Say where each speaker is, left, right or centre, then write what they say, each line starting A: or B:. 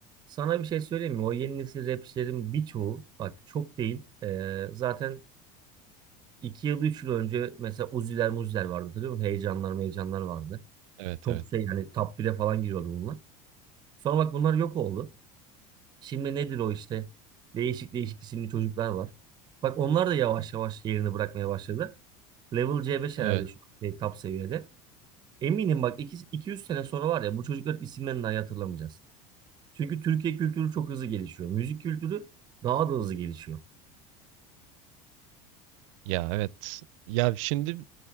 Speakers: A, on the right; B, on the right.
A: Sana bir şey söyleyeyim mi? O yeni nesil rapçilerin birçoğu bak çok değil. ee, zaten iki yıl üç yıl önce mesela Uzi'ler Muzi'ler vardı hatırlıyor musun? Heyecanlar meyecanlar vardı.
B: Evet
A: Çok
B: evet.
A: şey yani top 1'e falan giriyordu bunlar. Sonra bak bunlar yok oldu. Şimdi nedir o işte? Değişik değişik isimli çocuklar var. Bak onlar da yavaş yavaş yerini bırakmaya başladı. Level C5
B: Ee,
A: herhalde şu an şey, top seviyede. Eminim bak 200 sene sonra var ya bu çocukların isimlerini dahi hatırlamayacağız. Çünkü Türkiye kültürü çok hızlı gelişiyor. Müzik kültürü daha da hızlı gelişiyor.
B: Ya evet. Ya şimdi